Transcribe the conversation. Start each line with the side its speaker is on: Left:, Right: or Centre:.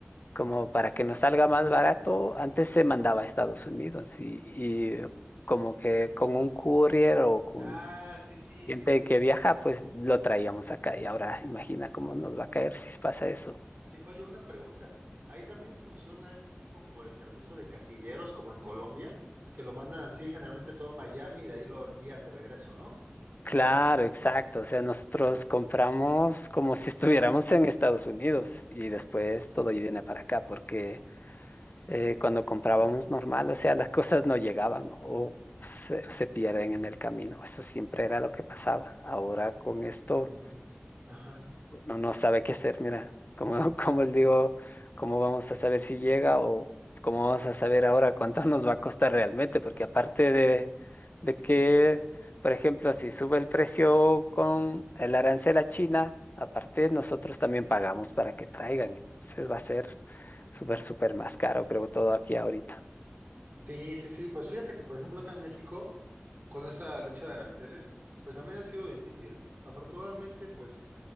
Left: como para que nos salga más barato, antes se mandaba a Estados Unidos y, y como que con un courier o con...
Right: Ah, sí, sí,
Left: Gente
Right: sí, sí.
Left: que viaja, pues lo traíamos acá y ahora imagina cómo nos va a caer si pasa eso.
Right: Sí, oye, una pregunta. Ahí también funciona este tipo como de servicio de casilleros, como en Colombia, que lo mandan así generalmente todo a Miami y de ahí lo envían de regreso, ¿no?
Left: Claro, exacto. O sea, nosotros compramos como si <laughs> estuviéramos en Estados Unidos y después todo viene para acá, porque eh, cuando comprábamos normal, o sea, las cosas no llegaban o se, se pierden en el camino. Eso siempre era lo que pasaba. Ahora con esto
Right: Ah, Ajá.
Left: no, no sabe qué hacer, mira, como, <laughs> como él digo, cómo vamos a saber si llega o cómo vamos a saber ahora cuánto <laughs> nos va a costar realmente, porque aparte de, de que, por ejemplo, si sube el precio con el arancel a China, aparte nosotros también pagamos para que traigan, entonces va a ser súper, súper más caro, creo, todo aquí ahorita.
Right: Sí, sí, sí. Pues fíjate que, por ejemplo, acá en México, con esta lucha de aranceles, pues también ha sido difícil. Afortunadamente, pues